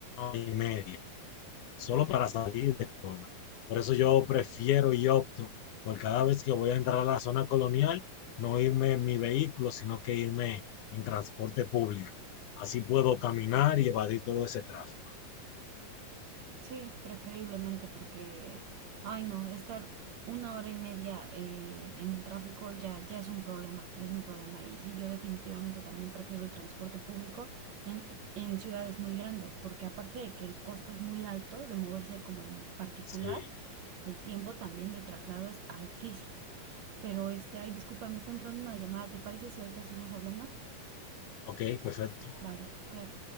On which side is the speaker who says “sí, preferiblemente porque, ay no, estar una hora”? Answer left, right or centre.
Right